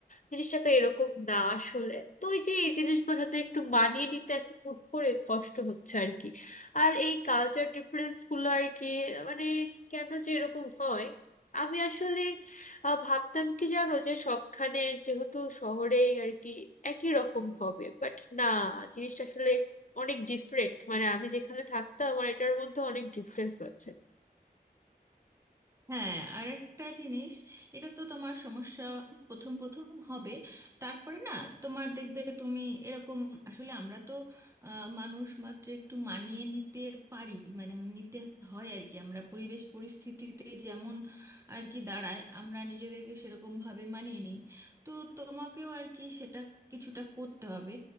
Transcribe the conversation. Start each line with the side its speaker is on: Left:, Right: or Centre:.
Left: জিনিসটা তো এরকম না আসলে তো ওই যে এই জিনিসগুলোর সাথে একটু মানিয়ে নিতে এখন হুট করে কষ্ট হচ্ছে আর কি আর এই কালচার ডিফারেন্স গুলো আর কি মানে কেন যে এরকম হয় আমি আসলে আহ, ভাবতাম কি জানো যে সবখানে যেহেতু শহরেই আর কি একই রকম হবে বাট না জিনিসটা আসলে অনেক ডিফারেন্ট মানে আমি যেখানে থাকতাম আমার এটার মধ্যে অনেক ডিফারেন্স আছে
Right: হ্যাঁ আর একটা জিনিস এটা তো তোমার সমস্যা প্রথম প্রথম হবে তারপরে না তোমার দেখবে তুমি এরকম আসলে আমরা তো আহ, মানুষ মাত্র একটু মানিয়ে নিতে পারি মানে নিতে হয় আর কি আমরা পরিবেশ পরিস্থিতিতে যেমন আর কি দাঁড়ায় আমরা নিজেদেরকে সেরকম ভাবে মানিয়ে নিই তো তোমাকেও আর কি সেটা কিছুটা করতে হবে